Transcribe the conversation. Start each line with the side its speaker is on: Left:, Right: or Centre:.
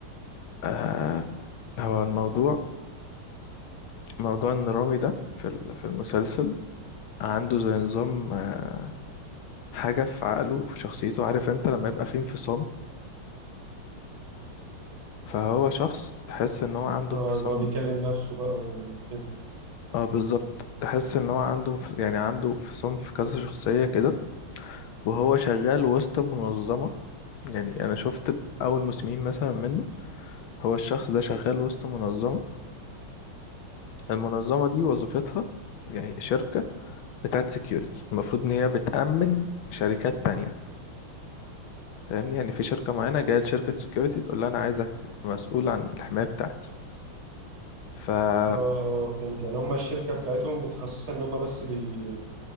Left: آه، هو الموضوع موضوع ان رامي ده في ال- في المسلسل عنده زي نظام آه، حاجة في عقله في شخصيته عارف انت لما يبقى فيه انفصام فهو شخص تحس ان هو عنده
Right: اه
Left: انفصام
Right: اللي هو بيكلم نفسه بقى وكده
Left: اه بالظبط تحس ان هو عنده انف- يعني عنده انفصام في كذا شخصية كده وهو شغال وسط منظمة يعني أنا شفت أول مسلمين مثلا منه هو الشخص ده شغال وسط منظمة المنظمة دي وظيفتها يعني شركة بتاعت سكيورتي المفروض إن هي بتأمن شركات تانية فاهمني يعني في شركة معينة جاية لشركة سكيورتي تقول لها أنا عايزك تبقى مسؤول عن الحماية بتاعتي ف آه
Right: اه اه فهمت يعني هما الشركة بتاعتهم متخصصة إن هما بس بي...